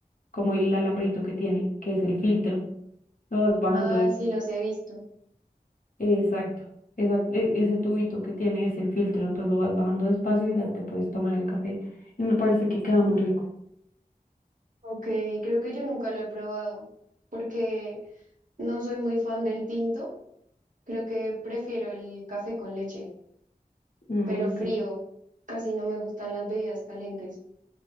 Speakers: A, on the left; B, on the right.
A: como el alambrito que tiene, que es el filtro. Lo vas bajando
B: Ah, sí, los he visto.
A: Exacto, exacto, e- ese tubito que tiene es el filtro, entonces lo vas bajando despacio y ya te puedes tomar el café. Y me parece que queda muy rico.
B: Ok, creo que yo nunca lo he probado porque no soy muy fan del tinto Creo que prefiero el café con leche,
A: Mm,
B: pero
A: ok.
B: frío. Casi no me gustan las bebidas calientes.